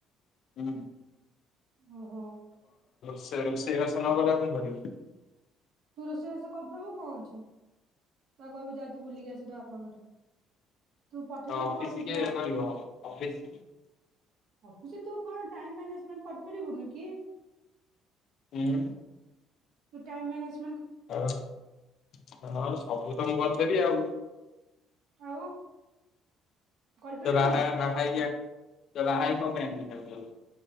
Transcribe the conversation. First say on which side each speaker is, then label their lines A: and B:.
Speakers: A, on the left (about 50°); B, on the right (about 60°).
A: ହୁଁ।
B: ଓହୋ
A: ସେ ରୋଷେଇବାଷ କାମଟା ମୁଁ କରିବି।
B: ତୁ ରୋଷେଇବାସ କରିଦବୁ କହୁଚି ତାକୁ କହିବୁ ଯା ତୁ ବୁଲିକି ଆସିବୁ ତ ବପା ଘରେ। ତୁ ପଠେଇଦବୁ
A: ତ ଅଫିସ୍
B: କହିବୁ
A: କିଏ
B: ଯା
A: କରିବ ଅଫିସ୍
B: ଅଫିସ୍ ତୁ କଣ ଟାଇମ୍ ମ୍ୟାନେଜମେଣ୍ଟ କରିପାରିବୁନି କି।
A: ହୁଁ।
B: ତୁ ଟାଇମ୍ ମ୍ୟାନେଜ
A: ଆ ହଁ, ସବୁ ତ ମୁଁ କରିଦେବି ଆଉ।
B: ଆଉ। କରିପାରିବୁନୁ
A: ତ ବାହା ବାହା ହେଇ ଆଣି ତ ବାହା ହେଇକି କଣ ପାଇଁ ଆଣିଚି ତାକୁ।